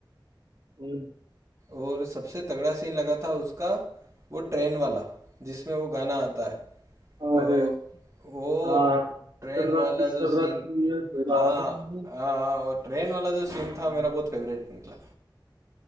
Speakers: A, on the right (about 70°); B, on the right (about 35°).
A: हम्म,
B: और सबसे तगड़ा सीन लगा था उसका वो ट्रेन वाला जिसमें वो गाना आता है
A: और
B: वो, वो
A: हाँ
B: ट्र, ट्रेन
A: सर्राती
B: वाला
A: सर्राती
B: जो सीन
A: ये राहें
B: हाँ
A: नहीं
B: हाँ हाँ, वो ट्रेन वाला जो सीन
A: हाँ,
B: था मेरा बहुत फेवरेट निकला